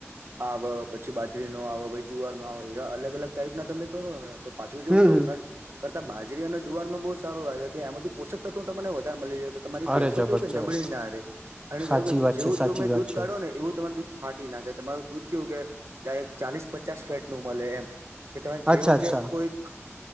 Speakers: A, on the right (about 65°); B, on the right (about 20°).
A: આવ પછી, બાજરી નો આવ, પછી જુવાર નો આવ, એવા અલગ અલગ ટાઈપ ના કરોને તો પાછુ જેવુ
B: હમ
A: ઘઉંનાજ
B: હમ
A: કરતા બાજરી અને જુવાર નો બહુ સારું આવેે છે, કે આમાંથીું પોષક તત્વો તમને વધારે મળી જાય, તમારી
B: અરે
A: ભેસો
B: જબરજસ્ત
A: નબળી ના રેય, અને
B: સાચી
A: જેવું કે
B: વાત
A: જેવું
B: છે સાચી
A: તમે દૂધ
B: વાત છે
A: કાઢો ને એવું તમાર દૂધ ફાટી ના જાય, તમારું દૂધ કેવું કે દાયરેક ચાલીસ પચાસ ફેટ નું મલે એમ. કે તમે જેવો
B: અચ્છા અચ્છા
A: કે કોઈક